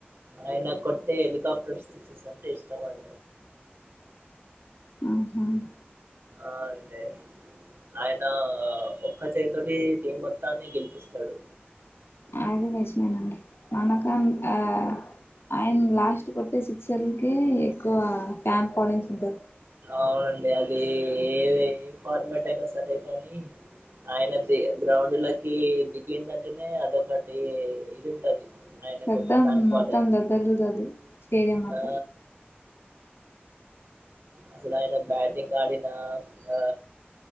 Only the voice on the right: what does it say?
ఆయన కొట్టే హెలికాప్టర్ సిక్సెస్ అంటే ఇష్టంమడి
ఆ అదే ఆయన ఒక్క చేైతోటి టీం మొత్తాన్ని గెలిపిస్తాడు
అవునండి అది ఏ ఏ ఫార్మాట్ అయినా అదే కానీ ఆయన ది గ్రౌండ్లకి దిగిడింటేనే అదొకటి ఇది ఉంటది అయన
ఫాన్స్ ఫాలోయి
ఆ అసలు ఆయన బ్యాటింగ్ ఆడిన ఆ